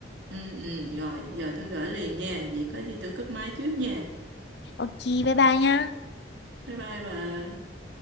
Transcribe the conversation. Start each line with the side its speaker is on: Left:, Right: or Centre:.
Right: ừ ừ rồi giờ tôi gửi liền nha vậy có gì tôi cúp máy trước nha
Left: ok bye bye nhá
Right: bye bye bà